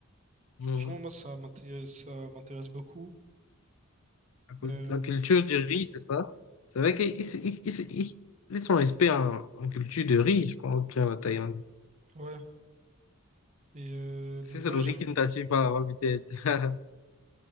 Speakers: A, on the left (about 75°); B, on the right (about 35°).
A: non.
B: Franchement, moi, ça m'intéresse, ça m'intéresse beaucoup.
A: La cul-
B: Euh,
A: la culture du riz, c'est ça? C'est vrai qu'ils ils, ils- ils- ils sont experts en, en culture de riz, je pense, bien la Thaïlande.
B: ouais. Et euh, donc,
A: Si c'est
B: ouais,
A: le
B: j'aime.
A: riz qui ne t'attire pas là-bas, peut-être. <laughs>